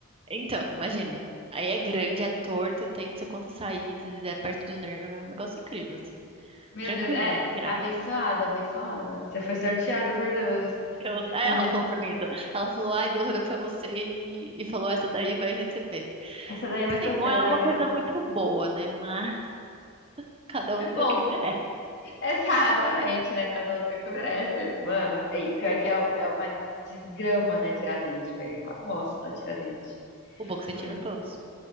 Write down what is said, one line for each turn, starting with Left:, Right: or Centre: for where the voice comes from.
Right: Então, imagina. Aí é grande, é torto, tem não sei quantas saídas, é perto do nervo, é um negócio incrível, assim.
Left: Meu
Right: Tranquilinho
Left: Deus. É
Right: de tirar.
Left: abençoada, abençoada. Você foi sorteado por Deus.
Right: Eu- é,
Left: Você-
Right: ela falou pra mim isso. Ela falou, ai, Deus olhou pra você e, e falou, essa daí vai receber.
Left: Essa daí vai sofrer
Right: Sim, não é
Left: na
Right: uma coisa
Left: vida.
Right: muito boa, né? Mas <laughs> cada um tem
Left: Bom,
Right: o que merece.
Left: Exatamente, né? Cada um tem o que merece. Mano, e pior que é, é uma desgrama, né? Tiradentes, velho. Uma bosta, Tiradentes.
Right: O bom é que você tirou
Left: Hum.
Right: todos.